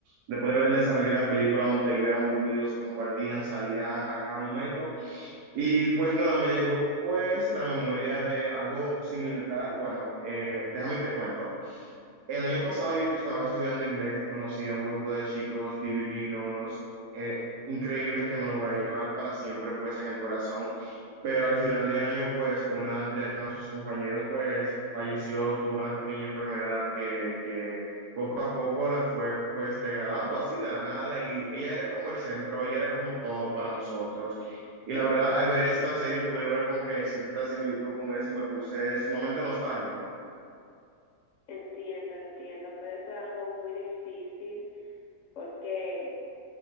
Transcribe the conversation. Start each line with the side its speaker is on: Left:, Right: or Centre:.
Right: después de ver el desarrollo de la película donde ellos eran muy unidos, compartían, salían a cada momento. Y pues nada, me llegó pues la memoria de algo similar. Bueno, eh, déjame y te cuento. El año pasado yo estaba estudiando inglés y conocí a un grupo de chicos divinos, eh, increíbles que me lo voy a llevar para siempre pues en el corazón pero al final de año, pues, una de nuestros compañeros, pues, falleció, tuvo una pequeña enfermedad que, que poco a poco la fue, pues, degradando así de la nada y ella era como el centro, ella era como todo para nosotros. Y la verdad, al ver esta serie pude ver como que cierta similitud con eso y me puse sumamente nostálgico.
Left: Entiendo, entiendo. Puede ser algo muy difícil porque